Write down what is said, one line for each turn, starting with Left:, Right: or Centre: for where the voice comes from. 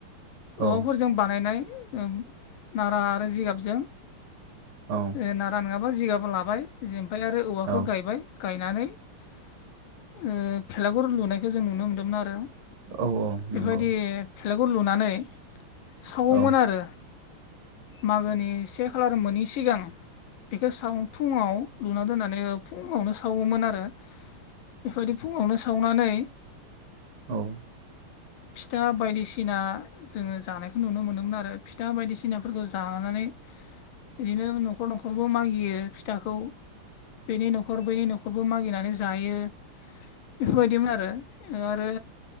Left: औवाफोरजों
Right: औ
Left: बानायनाय ओम नारा आरो जिगाबजों
Right: औ
Left: ओ नारा नोङाबा जिगाब लाबाय जेमफाय आरो औवाखो
Right: औ
Left: गायबाय गायनानै ओ भेलागुर लुनायखो जों नुनो मोन्दोंमोन आरो
Right: औ औ
Left: बेफोबायदि
Right: नंगौ
Left: भेलागुर लुनानै सावोमोन
Right: औ
Left: आरो मागोनि से खालार मोनि सिगां। बेखौ साव फुङाव लुना दोननानै ओ फुङावनो सावोमोन आरो। बेफोबायदि फुङावनो सावनानै
Right: औ
Left: फिथा बायदिसिना जोङो जानायखौ नुनो मोनोमोन आरो फिथा बायदिसिनाफोरखौ जानानै दिनो न खर न'खरबो मागियो फिथाखौ बेनि न'खर बैनि न'खरबो मागिनानै जायो बेफोरबायदिमोन ओ आरो